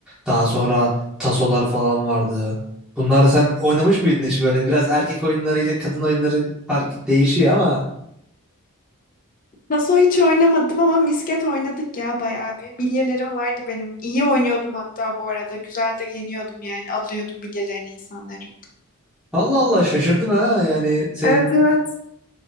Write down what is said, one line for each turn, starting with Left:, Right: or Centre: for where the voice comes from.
Centre: Daha sonra tasolar falan vardı. Bunları sen oynamış mıydın hiç böyle? Biraz erkek oyunları ile kadın oyunları fark değişiyor ama.
Left: Taso hiç oynamadım ama misket oynadık ya bayağı bir. Bilyelerim vardı benim. İyi oynuyordum hatta bu arada. Güzel de yeniyordum yani. Alıyordum bilyelerini insanların.
Centre: Allah Allah şaşırdım ha. Yani senin
Left: Evet evet.